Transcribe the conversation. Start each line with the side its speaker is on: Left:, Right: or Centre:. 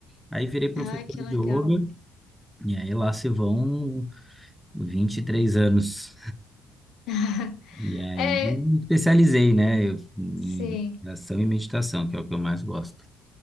Centre: Aí virei professor
Left: Ai, que legal.
Centre: de yoga, e aí lá se vão 23 anos.
Left: <laughs>
Centre: E aí
Left: É,
Centre: me especializei, né, eu- em
Left: sim.
Centre: relação e meditação, que é o que eu mais gosto.